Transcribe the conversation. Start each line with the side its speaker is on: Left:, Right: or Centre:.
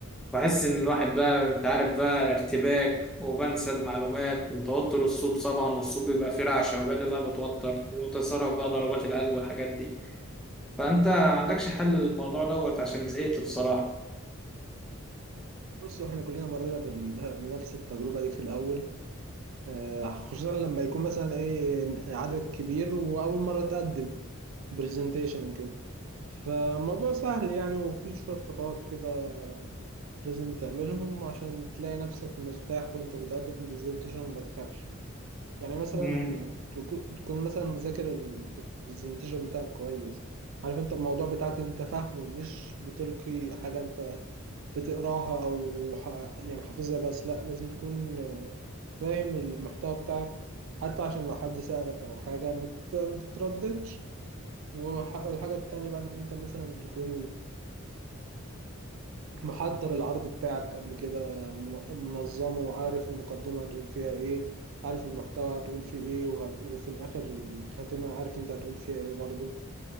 Centre: بحس ان الواحد بقى انت عارف بقى ارتباك وبنسى المعلومات وتوتر الصوت طبعا والصوت بيبقى فيه رعشه وبالي اللي انا بتوتر وتسارع بقى ضربات القلب والحاجات دي فانت عندكش حل للموضوع دوت عشان زهقت بصراحه
Right: بصوا احنا كلنا مرينا بال- بنفس التجربة دي في الأول آه، خصوصا لما يكون مثلا ايه عدد كبير وأول مرة تقدم برزنتيشن وكده فالموضوع سهل يعني وفي شوية خطوات كده لازم تعملهم عشان تلاقي نفسك مرتاح وانت بتقدم برزنتيشن وما تخافش يعني مثلا
Centre: مم.
Right: تكون تكون مثلا مذاكر البرزنتيشن بتاعك كويس عارف انت الموضوع بتاعك انت فاهمه مش بتلقي حاجة انت بتقراها او ح- يعني حافظها بس لا لازم تكون آه، فاهم المحتوى بتاعك حتى عشان لو حد سألك او حاجة ما تت- ما تترددش وح- والحاجة التانية بقى ان انت مثلا تكون محضر العرض بتاعك قبل كده من- منظمه وعارف المقدمة هتقول فيها ايه عارف المحتوى هتقول فيه ايه وهت... وفي الاخر الخاتمة عارف انت هتقول فيها ايه برضو